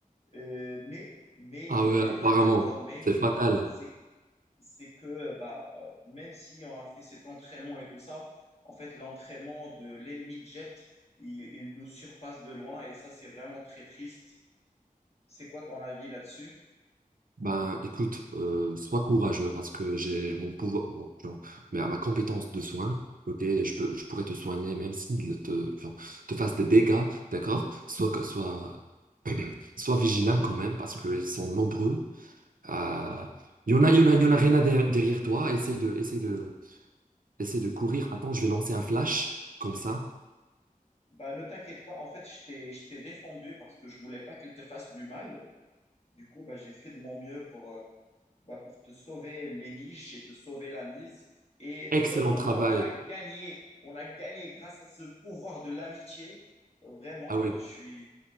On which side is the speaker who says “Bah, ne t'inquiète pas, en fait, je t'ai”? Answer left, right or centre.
Left